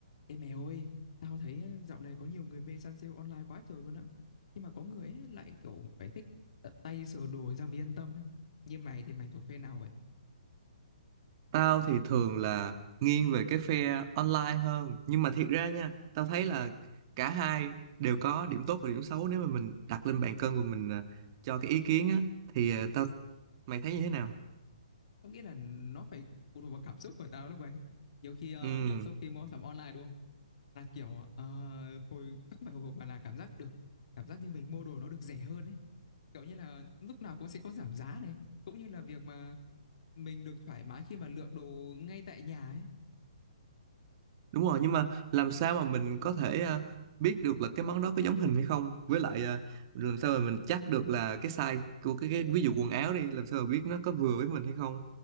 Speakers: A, on the left; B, on the right.
A: Ê mẹ ơi, tao thấy á, dạo này có nhiều người mê săn sale online quá trời luôn á. Nhưng mà có người ấy lại kiểu phải thích tận tay sờ đồ ra mới yên tâm ấy. Như mày thì mày thuộc phe nào vậy?
B: Tao thì thường là nghiêng về cái phe online hơn nhưng mà thiệt ra nha tao thấy là cả hai đều có điểm tốt và điểm xấu nếu mà mình đặt lên bàn cân và mình à, cho cái ý kiến á thì à, tao mày thấy như thế nào
A: Tao nghĩ là nó phải phụ thuộc vào cảm xúc của tao lúc ấy. Nhiều khi ờ,
B: ừ
A: cảm xúc khi mua sắm online đúng không? Là kiểu ờ, hồi không phải hồi hộp mà là cảm giác được cảm giác như mình mua đồ nó được rẻ hơn ấy. Kiểu như là lúc nào cũng sẽ có giảm giá này, cũng như là việc mà mình được thoải mái khi mà lựa đồ ngay tại nhà ấy.
B: đúng rồi nhưng mà làm sao mà mình có thể à, biết được là cái món đó có giống hình hay không với lại à, làm sao mà mình chắc được là cái size của cái, cái ví dụ quần áo đi làm sao mà biết nó có vừa với mình hay không